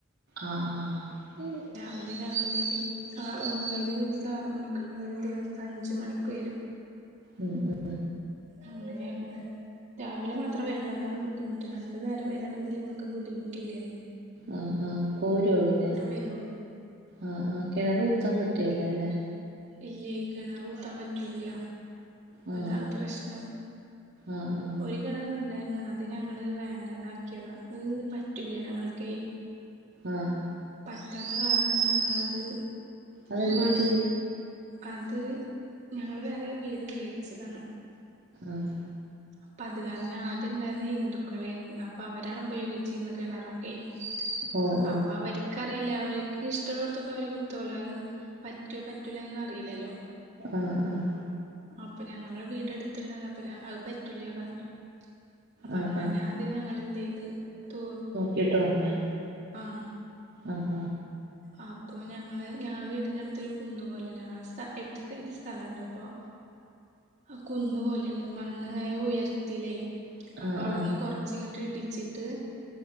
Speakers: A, on the right; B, on the right.
A: ആഹ് ആഹ് ആഹ്
B: ഇവല് രാവിലെ വരും ആ ഒന്ന് ഒരു ദിവസം ആറ് മണിക്കാണെങ്കി ഒരു ദിവസം അഞ്ച് മണിക്ക് വരും
A: ഉം ഉം
B: അങ്ങനെയാണ് രാവിലെ മാത്രേ വരുള്ളൂ അതാണ് ബുദ്ധിമുട്ട് രണ്ടു നേരം വരാണെങ്കിൽ നമുക്ക് ബുദ്ധിമുട്ടില്ലേന്ന്
A: ആഹ് ആഹ് കോര്യോ പിന്നെ
B: വരുള്ളൂ
A: ആഹ് ആഹ് കെണറ് കുത്താൻ പറ്റുവല്ലോ ല്ലേ
B: ഇല്ലേയ് കെണറ് കൂത്താൻ പറ്റൂല്ല്യ
A: ആഹ്
B: അതാണ് പ്രശ്നം
A: ആഹ് ആഹ്
B: ഒര് കെണർ ഇണ്ടായിരുന്നു അത് ഞങ്ങള് വേണ്ടതാക്കിയതാ അത് പറ്റൂല ഞങ്ങൾക്കേയ്
A: ആഹ്
B: പറ്റാത്ത കാരണം ഞങ്ങളത്
A: അതെന്ത്
B: മൺ
A: പറ്റി
B: അത് ഞങ്ങള് വേറെ വീട് വേടിച്ചതാണ്
A: ആഹ്
B: അപ്പം അത് കാരണം ആദ്യം ഉണ്ടായിരുന്ന ഹിന്ദുക്കളേന്ന് അപ്പൊ അവരാണ് ഉപയോഗിച്ചന്നെ കെണ്റൊക്കെയ്
A: ഓ ഓ
B: അപ്പം അവർക്കറില അവർക്ക് ഇഷ്ടല്ലോട്ത്തൊക്കെ അവര് കുത്തോലോ അ പറ്റോ പറ്റൂലേന്ന് അറീലല്ലോ
A: ആഹ് ആഹ്
B: അപ്പം ഞങ്ങളെ വീട് എടുത്ത്ണ്ടന്നപ്പ അത് പറ്റൂല പറഞ്ഞു അപ്പം
A: ആഹ്
B: അങ്ങനെ
A: ആഹ്
B: അത് ഞങ്ങളെന്തെയ്ത് ടൂർ
A: കിട്ട് പറഞ്ഞോ
B: ആഹ്
A: ആഹ്
B: ആഹ് അപ്പം ഞങ്ങള് ഞങ്ങളെ വീടിൻ്റെ അടുത്ത് ഒരു കുന്ന പോലെ ഞങ്ങള സ് എട്ട് സെൻ്റ് സ്ഥലണ്ട് അപ്പം അത് കുന്ന് പോലെയാണ് മണ്ണിങ്ങനെ ഉയർത്തിലേ
A: ആഹ്
B: അപ്പം അവുടുന്ന്
A: ആഹ്
B: കൊറച്ചിങ്ങട്ട് ഇടിച്ചിട്ട്